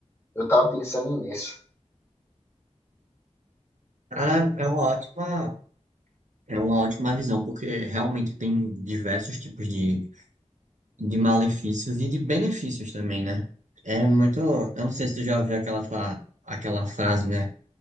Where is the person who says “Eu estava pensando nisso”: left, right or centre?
Left